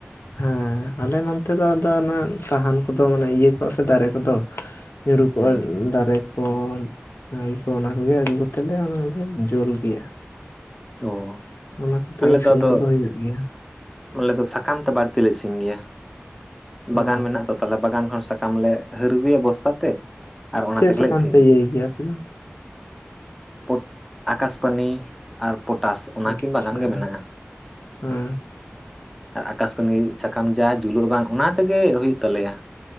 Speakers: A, on the left; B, in the centre.
A: ᱦᱮᱸ ᱟᱞᱮ ᱱᱚᱱᱛᱮ ᱫᱚ ᱟᱫᱚ ᱥᱟᱦᱟᱱ ᱠᱚᱫᱚ ᱢᱟᱱᱮ ᱤᱭᱟᱹ ᱠᱚ ᱥᱮ ᱫᱟᱨᱮ ᱠᱚᱫᱚ ᱧᱩᱨᱩ ᱠᱚᱜᱼᱟ
B: ᱦᱮᱸ
A: ᱫᱟᱨᱮ ᱠᱚ ᱱᱟᱹᱲᱤ ᱠᱚ ᱚᱱᱟ ᱠᱚᱜᱮ ᱟᱹᱜᱩ ᱠᱟᱛᱮᱫ ᱞᱮ ᱚᱱᱟᱞᱮ ᱡᱩᱞ ᱜᱮᱭᱟ᱾
B: ᱚ
A: ᱚᱱᱟ ᱠᱚᱛᱮ
B: ᱟᱞᱮ
A: ᱤᱥᱤᱱ
B: ᱫᱚ ᱟᱫᱚ
A: ᱠᱚᱫᱚ ᱦᱩᱭᱩᱜ ᱜᱮᱭᱟ᱾
B: ᱟᱞᱮ ᱫᱚ ᱥᱟᱠᱟᱢ ᱛᱮ ᱵᱟᱹᱲᱛᱤ ᱞᱮ ᱤᱥᱤᱱ ᱜᱮᱭᱟ ᱵᱟᱜᱟᱱ
A: ᱚ
B: ᱢᱮᱱᱟᱜ ᱛᱚ ᱾ ᱛᱟᱦᱞᱮ ᱵᱟᱜᱟᱱ ᱠᱷᱚᱱ ᱥᱟᱠᱟᱢ ᱞᱮ ᱦᱟᱹᱨ ᱟᱹᱜᱩᱭᱟ ᱵᱚᱥᱛᱟ ᱛᱮ ᱟᱨ ᱚᱱᱟ
A: ᱪᱮᱫ
B: ᱛᱮᱜᱮᱞᱮ
A: ᱥᱟᱠᱟᱢ
B: ᱤᱥᱤᱱᱟ
A: ᱯᱮ ᱤᱭᱟᱹᱭ ᱜᱮᱭᱟ ᱟᱯᱮ ᱫᱚ
B: ᱾ ᱯᱚᱴ ᱟᱠᱟᱥᱯᱟᱱᱤ ᱟᱨ ᱯᱚᱴᱟᱥ ᱚᱱᱟ
A: ᱟᱪᱪᱷᱟ
B: ᱠᱤᱱ ᱵᱟᱜᱟᱱ ᱜᱮ ᱢᱮᱱᱟᱜᱼᱟ,
A: ᱦᱮᱸ
B: ᱦᱳᱭ ᱾ ᱟᱨ ᱟᱠᱟᱥᱠᱟᱹᱱᱤ ᱥᱟᱠᱟᱢ ᱡᱟ ᱡᱩᱞᱩᱜ ᱵᱟᱝ ᱚᱱᱟ ᱛᱮᱜᱮ ᱦᱩᱭᱩᱜ ᱛᱟᱞᱮᱭᱟ᱾